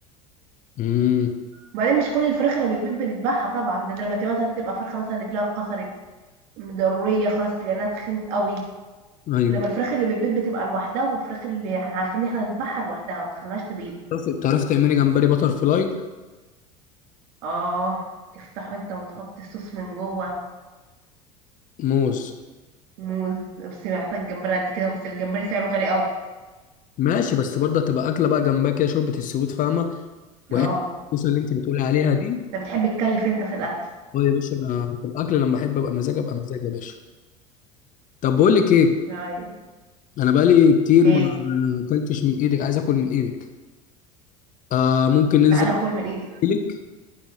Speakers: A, on the left; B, on the right.
A: امم
B: وبعدين مش كل الفراخ اللي بتبيض بنذبحها طبعا ده, ده لما تبقى مثلا تبقى فرخه مثلا رجلها اتكسرت ضروريه خلاص لانها تخنت قوي
A: ايوه
B: انما الفراخ اللي بتبيض بتبقى لوحدها والفراخ اللي احنا عارفين ان احنا نذبحها لوحدها ما بتخليهاش تبيض
A: تعرفي تعرفي تعملي جمبري بتر فلاي
B: اه تفتحه انت وتحط الصوص من جوه
A: موز
B: موز بس محتاج جمبري قد كده بس الجمبري سعره غالي قوي
A: ماشي بس برضه هتبقى اكله بقى جنبها كده شوربه السويت فاهمه وحته
B: اه
A: الصوص اللي انت بتقولي عليها دي
B: انت بتحب تكلف انت في الاكل
A: اه يا باشا انا في الاكل لما احب ابقى مزاج ابقى مزاج يا باشا طب بقول لك ايه
B: ايوه
A: انا بقالي كتير
B: ايه
A: ما اكلتش من ايدك عايز اكل من ايدك آه ممكن ننزل
B: تعالى كل من ايدي
A: اجيلك